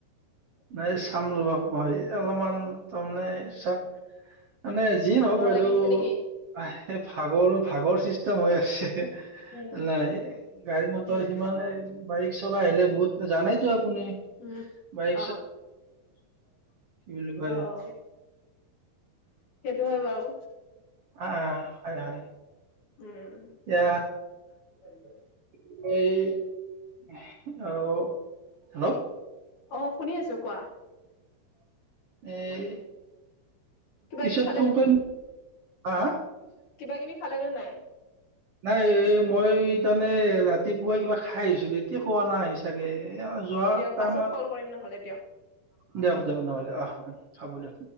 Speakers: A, on the right (about 70°); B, on the left (about 60°).
A: নাই চাম ৰোলক মই অলপমান তমান চাপ মানে যি
B: ভাগৰ
A: নহওক বাইদেউ
B: লাগি আছে নেকি
A: আহ ভাগৰ, ভাগৰ চিষ্টেম হৈ আছে
B: উম
A: নাই গাড়ী মটৰ
B: উম
A: সিমানে বাইক চলাই আহিলে বহুত। জানেইেত। শনে
B: উম
A: ভাই
B: অ
A: বুলি কয়
B: অ অ সেইটো হয় বাৰু
A: অ হয় হয়।
B: উম।
A: এতিয়া
B: পাৰিব।
A: এই আৰু হেল্লো।
B: অ শুনি আছোঁ কোৱা।
A: এই।
B: কিবা
A: পিছত
B: কিবি
A: ফোন কৰিম। আ।
B: কিবা-কিবি খালে নে নাই।
A: নাই এ মই তমানে, ৰাতিপুৱা কিবা খাই আহিছিলো, এতিয়া খোৱা নাই চাগে। এয়া যোৱাৰ
B: অ দিয়ক
A: টাইমত
B: পাছত কল কৰিম নহ'লে দিয়ক
A: দিয়ক দিয়ক নহ'লে আহ আহ হব দিয়ক।